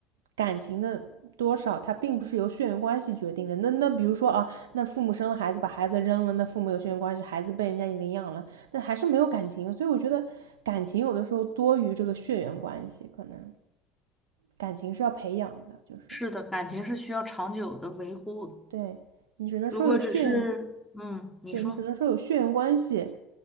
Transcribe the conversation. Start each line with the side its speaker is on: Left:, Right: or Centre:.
Right: 感情的多少，它并不是由血缘关系决定的。那那比如说啊，那父母生了孩子，把孩子扔了，那父母有血缘关系，孩子被人家领养了，那还是没有感情。所以我觉得感情有的时候多于这个血缘关系，可能感情是要培养的，就是
Centre: 是的，感情是需要长久的维护的
Right: 对。你只能说有血缘，
Centre: 如果只是，嗯，你说，
Right: 对你只能说有血缘关系，